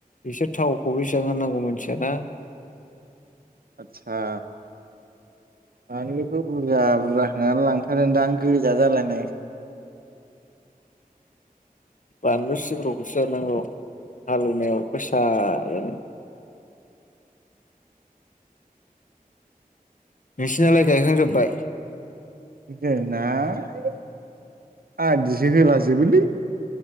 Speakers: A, on the left; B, on the right.
A: बिसोर थावखौ बेसेबां होनांगौ मिथियाना।
B: <inaudible> आदसा बानलुखौ बुरजा बुरजा होनानै लां दां गोजा जालायनाय।
A: बानलु सिब्र'खौसो जानांगौ हालौवनायाव गोसा जाना। नोंसिनालाय
B: <unintelligible>
A: गायखांजोब्बाय
B: होला जोबोलै